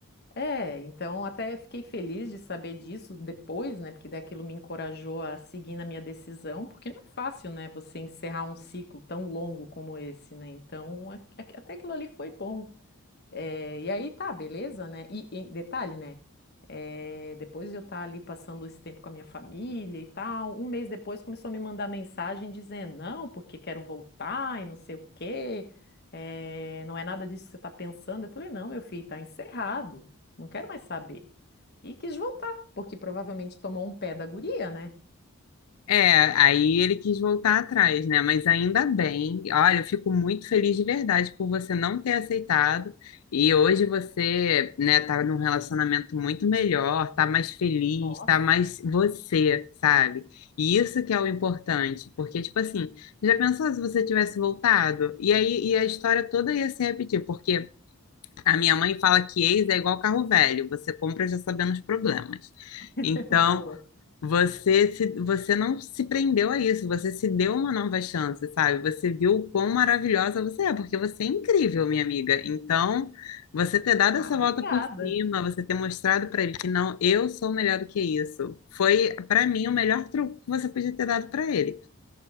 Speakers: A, on the left; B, on the left.
A: É, então até fiquei feliz de saber disso depois, né? Porque daquilo me encorajou a seguir na minha decisão, porque não é fácil, né? Você encerrar um ciclo tão longo como esse, né? Então, a- a- até aquilo ali foi bom. É, e aí tá, beleza, né? E, e detalhe, né? É, depois de eu estar ali passando esse tempo com a minha família e tal, um mês depois começou a me mandar mensagem dizendo, não, porque quero voltar e não sei o quê, é, não é nada disso que você está pensando. Eu falei, não, meu filho, tá encerrado, não quero mais saber. E quis voltar, porque provavelmente tomou um pé da guria, né?
B: É, aí ele quis voltar atrás, né? Mas ainda bem. Olha, eu fico muito feliz de verdade por você não ter aceitado. E hoje você, né, tá num relacionamento muito melhor, tá mais feliz,
A: Nossa,
B: tá mais você, sabe? E isso que é o importante, porque tipo assim, já pensou se você tivesse voltado? E aí e a história toda ia se repetir, porque a minha mãe fala que ex é igual carro velho, você compra já sabendo os problemas.
A: <laughs>
B: Então,
A: boa.
B: você se, você não se prendeu a isso, você se deu uma nova chance, sabe? Você viu o quão maravilhosa você é, porque você é incrível, minha amiga. Então, você ter dado
A: Ah,
B: essa
A: obrigada.
B: volta por cima, você ter mostrado para ele que não, eu sou melhor do que isso, foi para mim o melhor truque que você podia ter dado para ele.